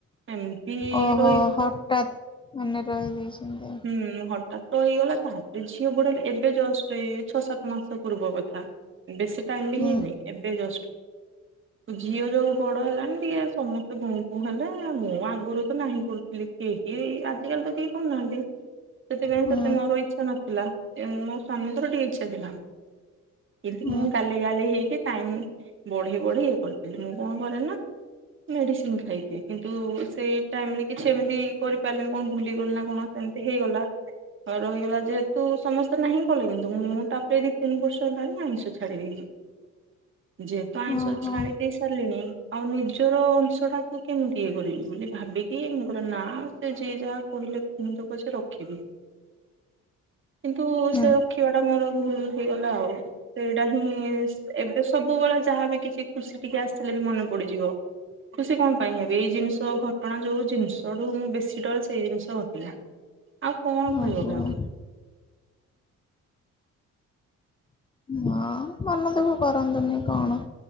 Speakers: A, on the right; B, on the left.
A: ଏମିତି
B: ଓହୋ
A: ରହିଗଲା।
B: ହଠାତ୍ ମାନେ ରହିଯାଇଛନ୍ତି
A: ହୁଁ, ହଟାତ। ରହିଗଲା, ତା ଝିଅ ବଡ ହେଲେ, ଏବେ ଜଷ୍ଟ ଏ ଛଅ, ସାତ ମାସ ପୂର୍ବ କଥା, ବେଶୀ ଟାଇମ ବି
B: ହୁଁ
A: ହେଇନି, ଏବେ ଜଷ୍ଟ। ଝିଅ ଯୋଉ ବଡ ହେଲାଣି, ଟିକେ ସମସ୍ତେ ଗୁଁ, ପୁଁ ହେଲେ ମୁ ଆ ଗୁରୁ ତ ନାହିଁ କରୁଥିଲେ, କିଏ, କିଏ ଆଜିକାଲି ତ କେହି କରୁନାହାନ୍ତି। ସେଥିପାଇଁ,
B: ହୁଁ
A: ସେତେ ମୋର ଇଚ୍ଛା ନଥି ଥିଲା, ମୋ ସ୍ଵାମୀଙ୍କର ଟିକେ ଇଚ୍ଛା ଥିଲା। ଏମତିକି,
B: ହୁଁ
A: ମୁଁ ଗାଲେଇ ଗାଲେଇ ହେଇକି, ଟାଇମ ବଢେଇ ବଢି ଇଏ କରିଦେଲି, ମୁଁ କଣ କରେ, ନା ମେଡିସିନ ଖାଇ କିନ୍ତୁ ସେଇ ଟାଇମ ରେ, କିଛି ଏମତି କରିପାର ମାନେ କଣ, ଭୁଲି ଗଲି ନା କଣ। ସେମତି ହେଇଗଲା। ହ ରହିଗଲା, ଯେହେତୁ ସମସ୍ତେ ନାହିଁ କଲେ, କିନ୍ତୁ ମୁଁ ତାପରେ ଏ ଦି, ତିନି ବର୍ଷ ହେଲାଣି ଆଇଁଷ ଛାଡିି ଦେଇଚି। ଯେହେତୁ ଆଇଁଷ
B: ଓହୋ
A: ଛାଡି ଦେଇ ସାରିଲିଣି, ଆଉ ନିଜର ଟା କୁ କେମିତି, ଇଏ କରିବି। ବୋଲି ଭାବିକି, ମୁଁ କହିଲି, ନାଁ ସେ, ଯିଏ ଯାହା କହିଲେ ମୁଁ ତ କହୁଚି, ରଖିବି। କିନ୍ତୁ
B: ହୁଁ
A: ସେ ରଖିବା ଟା ମୋର ଭୁଲ ହେଇଗଲା, ଆଉ ସେଇଟା ହିଁ, ଏବେ ସବୁବେଳେ ଯାହା ବି କିଛି ଖୁସି ଟିକେ ଆସିଥିଲେ ବି ମନେ ପଡିଯିବ, ଖୁସି କଣ ପାଇଁ ହେବି, ଏଇ ଜିନିଷ ଘଟଣା ଯୋଉ ଜିନିଷଠୁ ମୁଁ ବେଶୀ ଡରେ, ସେଇ ଜିନିଷ ଘ <inaudible> ଆଉ କଣ
B: ଓହୋ
A: କହିବ କକୁ
B: ହଁ ହ ମନ ଦେଖ କରନ୍ତୁନି କଣ